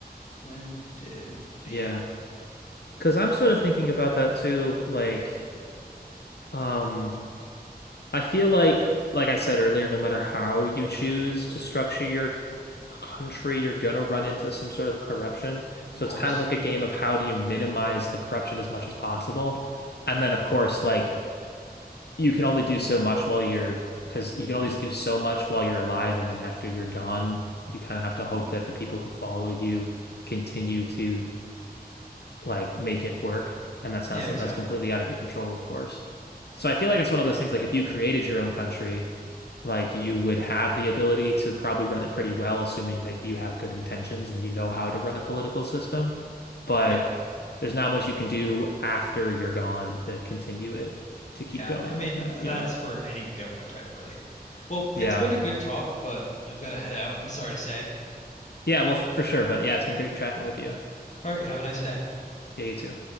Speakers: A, on the left; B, on the left.
A: When did
B: Yeah.
A: the
B: Because I'm sort of thinking about that too. Like, um, I feel like, like I said earlier, no matter how you choose to structure your country, you're gonna run into some sort of corruption. So
A: of course.
B: it's kind of like a game of how do you minimize the corruption as much as possible. And then, of course, like you can only do so much while you're, because you can always do so much while you're alive, and then after you're gone, you kind of have to hope that the people who follow you continue to. like make it work. And that's
A: Yeah,
B: not something
A: exactly.
B: that's completely out of your control, of course. So I feel like it's one of those things like if you created your own country, like you would have the ability to probably run it pretty well, assuming that you have good intentions and you know how to run a political system. But
A: Yeah.
B: there's not much you can do after you're gone to continue it to keep
A: Yeah.
B: going
A: I mean,
B: like that,
A: that's
B: you know?
A: for any government type really. Well, it's
B: Yeah.
A: been a good talk, but I've got to head out. I'm sorry to say.
B: Yeah, well, f- for sure. But yeah, it's been great chatting with you.
A: All right, you have a nice day.
B: Yeah, you too.